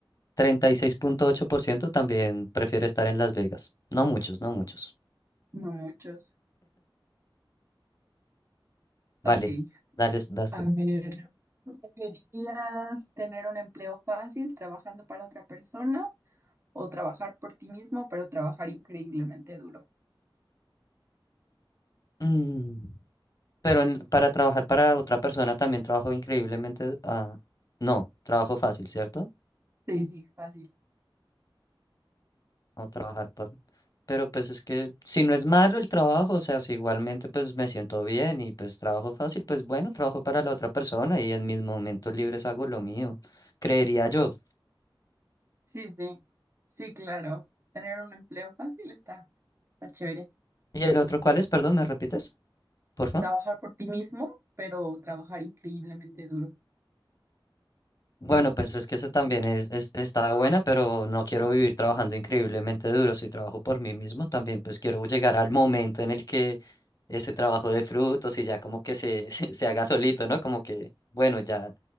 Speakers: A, on the left (about 40°); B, on the right (about 30°).
A: treinta y seis punto ocho por ciento, También prefiere estar en Las Vegas. No muchos, no muchos.
B: no muchos.
A: Vale,
B: Ok,
A: dale, das
B: a
A: tú.
B: ver. ¿Preferirías tener un empleo fácil trabajando para otra persona o trabajar por ti mismo, pero trabajar increíblemente duro?
A: Mm, Pero en- para trabajar para otra persona también trabajo increíblemente. ah, no, trabajo fácil, ¿cierto?
B: Sí, sí, fácil.
A: o trabajar por... Pero pues es que si no es malo el trabajo, o sea, si igualmente pues me siento bien y pues trabajo fácil, pues bueno, trabajo para la otra persona y en mis momentos libres hago lo mío, creería yo.
B: Sí, sí, sí, claro. Tener un empleo fácil está, está chévere.
A: ¿Y el otro cuál es? Perdón, ¿me repites? Porfa.
B: trabajar por ti mismo, pero trabajar increíblemente duro.
A: Bueno, pues es que eso también es, es- está buena, pero no quiero vivir trabajando increíblemente duro. Si trabajo por mí mismo, también pues quiero llegar al momento en el que ese trabajo dé frutos y ya como que se, <laughs> se, se haga solito, ¿no? Como que, bueno, ya,